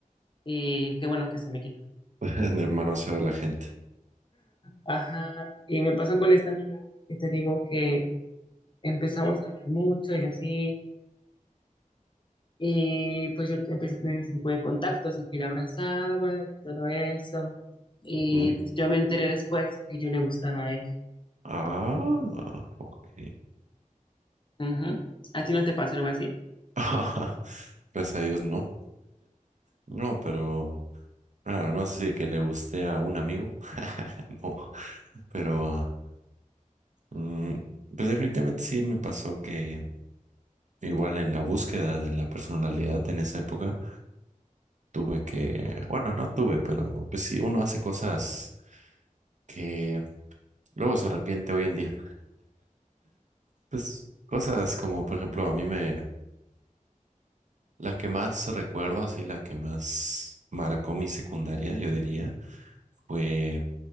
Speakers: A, on the left; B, on the right.
A: Y qué bueno que se me quitó.
B: <laughs> De manosear a la gente.
A: Ajá. Y me pasó con esta amiga que te digo que empezamos a hablar mucho y así. Y pues yo empecé a tener ese tipo de contactos y que la abrazaba y todo eso. Y
B: Ujú.
A: yo me enteré después que yo le gustaba a ella.
B: Ah, ok.
A: Ujú. ¿A ti no te pasa algo así?
B: <laughs> Gracias a Dios, no. No, pero nada más así de que le guste a un amigo. <laughs> No, pero mm, pues definitivamente sí me pasó que igual en la búsqueda de la personalidad en esa época tuve que, bueno, no tuve, pero pues sí, uno hace cosas que luego se arrepiente hoy en día. Pues cosas como, por ejemplo, a mí me La que más recuerdo, así la que más marcó mi secundaria, yo diría, fue